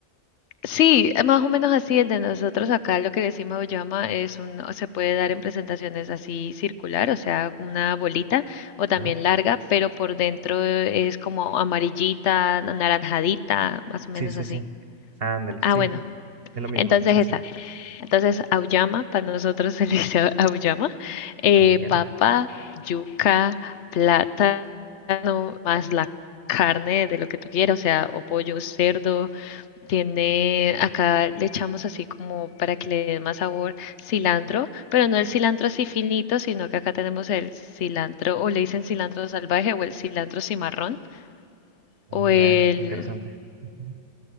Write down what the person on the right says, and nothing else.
Ajá.
Sí, sí,
sí. Ándale,
sí,
es lo mismo.
Sí,
sí.
Auyama.
<laughs>
Oh,
ya,
interesante. Ujú.